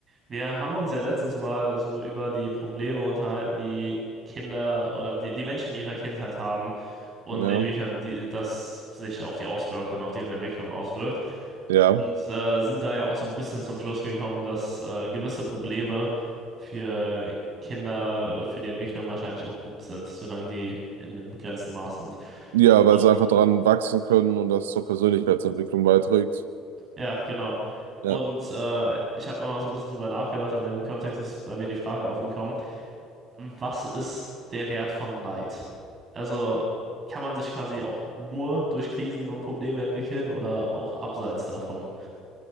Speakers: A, on the right; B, on the right.
A: Wir haben uns ja letztens mal so über die Probleme unterhalten, die Kinder oder die, die Menschen in ihrer Kindheit haben und
B: Ja,
A: inwiefern die, das sich auf die auswirkt und auf deren Entwicklung auswirkt.
B: ja.
A: Und äh, sind da ja auch so ein bisschen zum Schluss gekommen, dass äh, gewisse Probleme für Kinder, für die Entwicklung wahrscheinlich auch gut sind, solange die in einem begrenzten Maß sind.
B: Ja,
A: Und
B: weil sie einfach daran wachsen können und das zur Persönlichkeitsentwicklung beiträgt.
A: ja, genau.
B: Ja.
A: Und äh, ich habe nochmal so ein bisschen drüber nachgedacht und in dem Kontext ist bei mir die Frage aufgekommen, was ist der Wert von Leid? Also kann man sich quasi auch nur durch Krisen und Probleme entwickeln oder auch abseits davon?